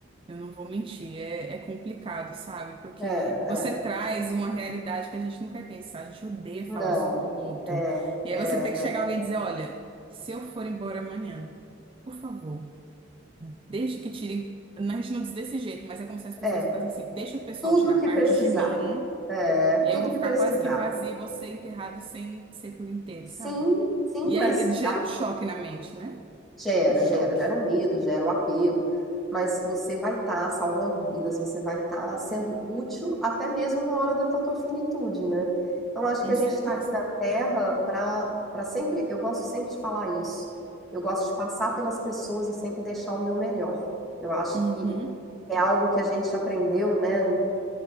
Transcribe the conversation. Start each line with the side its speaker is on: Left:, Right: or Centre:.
Right: Eu não vou mentir, é, é complicado, sabe? Porque
Centre: É,
Right: você
Centre: é.
Right: traz uma realidade que a gente não quer pensar, a gente odeia falar
Centre: Não.
Right: sobre luto.
Centre: É,
Right: E
Centre: é,
Right: aí você tem que chegar
Centre: é.
Right: alguém e dizer: olha, se eu for embora amanhã, por favor, deixe que tirem. A gente não diz desse jeito, mas é como se as pessoas
Centre: É,
Right: que falassem assim: deixa o pessoal
Centre: tudo
Right: tirar
Centre: que
Right: parte
Centre: precisar.
Right: de mim,
Centre: É,
Right: e aí
Centre: tudo
Right: eu vou ficar
Centre: que precisar.
Right: quase que vazio e você enterrado sem ser por inteiro,
Centre: Sim,
Right: sabe?
Centre: sim,
Right: E
Centre: mas
Right: aí gera
Centre: ah,
Right: um choque na mente, né?
Centre: gera,
Right: Um choque,
Centre: gera, gera o medo, gera o apego. Mas você vai estar salvando vidas, você vai estar sendo útil até mesmo na hora da tua, tua finitude, né? Então acho
Right: com
Centre: que a gente
Right: certeza.
Centre: está aqui na Terra para para sempre. Eu gosto sempre de falar isso. Eu gosto de passar pelas pessoas e sempre deixar o meu melhor. Eu acho
Right: Uhum,
Centre: que é algo que a gente aprendeu, né,